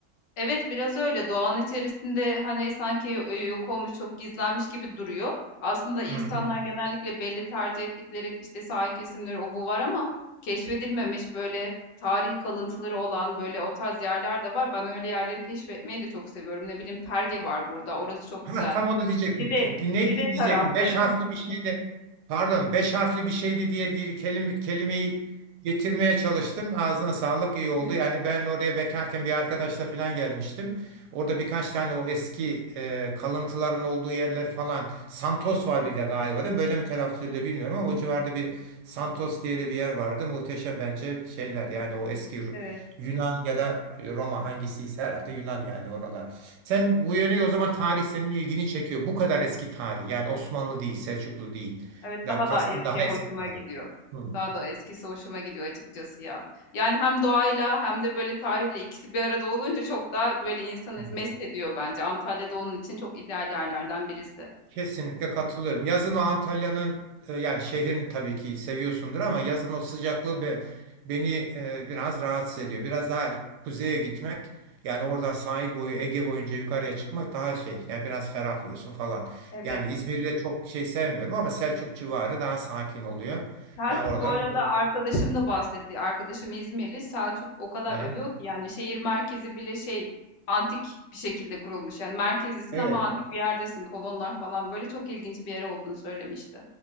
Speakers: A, on the left; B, on the right.
A: Evet, biraz öyle. Doğanın içerisinde, hani, sanki yo yok olmuş, çok gizlenmiş gibi duruyor. Aslında insanlar
B: Hı hı.
A: genellikle belli tercih ettikleri, işte, sahil kesimleri o bu var ama keşfedilmemiş, böyle, tarih kalıntıları olan, böyle, o tarz yerler de var. Ben öyle yerleri keşfetmeyi de çok seviyorum. Ne bileyim, Perge var burada, orası çok
B: Ha,
A: güzel.
B: tam onu diyecektim.
A: Çide
B: Di- Neydi
A: Çide
B: diyecektim?
A: tarafları.
B: Beş harfli bir şeydi. Pardon, beş harfli bir şeydi diye değil, kelime, kelimeyi getirmeye çalıştım. Ağzına sağlık iyi oldu.
A: <laughs>
B: Yani
A: Evet,
B: ben oraya bekarken bir arkadaşla falan gelmiştim. Orada birkaç tane o eski e, kalıntıların olduğu yerleri falan. Santos var bir de galiba değil mi? Böyle mi telaffuz ediliyor bilmiyorum ama o civarda bir Santos diye de bir yer vardı. Muhteşem bence şeyler. Yani o eski Ru-
A: evet.
B: Yunan ya da Roma hangisiyse herhalde Yunan yani oralar. Sen bu yönü o zaman tarih senin ilgini çekiyor. Bu kadar eski tarih. Yani Osmanlı değil, Selçuklu değil.
A: Evet,
B: Ya
A: daha
B: kastım
A: da eski
B: daha
A: hoşuma
B: eski tarih.
A: gidiyor.
B: Hı,
A: Daha da eskisi hoşuma gidiyor açıkçası ya. Yani hem doğayla hem de böyle tarihle ikisi bir arada olunca çok daha böyle insanı
B: hı.
A: mest ediyor bence. Antalya'da onun için çok ideal yerlerden birisi.
B: Kesinlikle katılıyorum. Yazın o Antalya'nın e, yani şehrin tabii ki seviyorsundur ama yazın o sıcaklığı be- beni e, biraz rahatsız ediyor. Biraz daha kuzeye gitmek yani oradan sahil boyu Ege boyunca yukarıya çıkmak daha şey. Yani biraz ferahlıyorsun falan.
A: Evet.
B: Yani İzmir'i de çok şey sevmiyorum ama Selçuk civarı daha sakin oluyor.
A: Selçuk
B: Yani oralar
A: bu arada
B: güzel.
A: arkadaşım da bahsetti. Arkadaşım İzmirli. Selçuk o kadar
B: Hı,
A: övüyor ki yani şehir merkezi bile şey antik bir şekilde kurulmuş. Yani merkezdesin
B: Evet.
A: ama antik bir yerdesin. Kolonlar falan böyle çok ilginç bir yer olduğunu söylemişti.